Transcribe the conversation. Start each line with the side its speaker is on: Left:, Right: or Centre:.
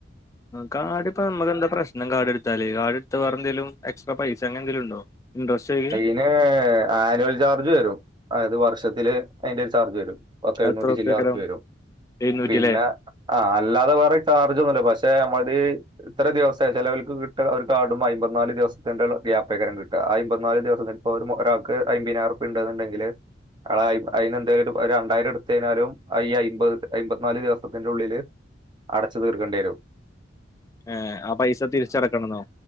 Left: കാർഡ്പ്പ നമ്മക്കെന്താ പ്രശ്നം കാർഡ്ട്ത്താല് കാർഡ്ട്ത്ത വേറെന്തേലും എക്സ്ട്രാ പൈസ അങ്ങെന്തേലുണ്ടോ <unintelligible>
Right: പിന്നേ ആനുവൽ ചാർജ് വരും അതായത് വർഷത്തില് അതിന്റെ ഒരു ചാർജ് വരും പത്തെഴുന്നൂറ്റി
Left: എത്രറുപ്യക്കരം
Right: ചില്ലാർപ്യ വരും
Left: എഴുന്നൂറ്റില്ലേ
Right: പിന്നെ ആഹ് അല്ലാതെ വേറെ ചാർജൊന്നുല്ല പക്ഷെ നമ്മൾതീ ത്ര ദിവസായി ചേലോൽക്ക് കിട്ട ഒരു കാർഡുമ്മെ അയ്മ്പത്ത് നാല് ദിവസത്തിന്റെ ഗ്യാപ്പേക്കാരം കിട്ട ആഹ് അയ്മ്പ നാല് ദിവസത്തിന്പ്പ ഒരു ഒരാൾക്ക് അയിമ്പീനായ്ർപ്യ ഉണ്ട്ന്ന് ഉണ്ടെങ്കില് ആഹ് അയ്ന്നെന്തേലും ഒരണ്ടായിരട്ത്തയ്ഞ്ഞാലും ഈ അയ്മ്പത് അയ്മ്പപത്തി നാല് ദിവസത്തിന്റുള്ളില് അടച്ചു തീർക്കണ്ടിയേരും
Left: ഏഹ് ആഹ് പൈസ തിരിച്ചടക്കണെന്നോ